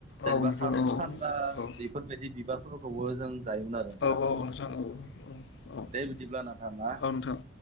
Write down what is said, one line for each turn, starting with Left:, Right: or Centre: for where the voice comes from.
Right: जेनेबा
Left: औ नोंथां
Right: खार'
Left: औ
Right: खान्दा
Left: औ
Right: बेफोरबायदि बिबारफोरखौबो जों जायोमोन आरो नोंथा।
Left: औ नोंथां औ औ
Right: दे बिदिब्ला नोंथा ना।
Left: औ नोंथां